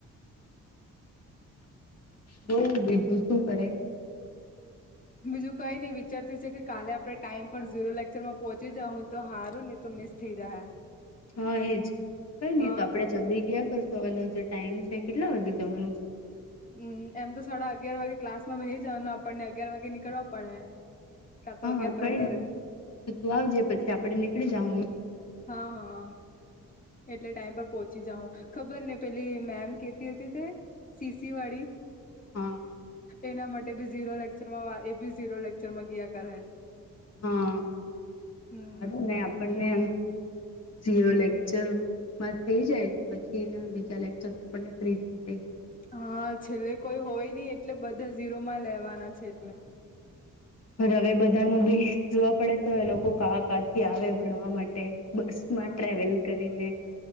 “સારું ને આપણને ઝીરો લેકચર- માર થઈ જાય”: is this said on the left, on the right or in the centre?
Left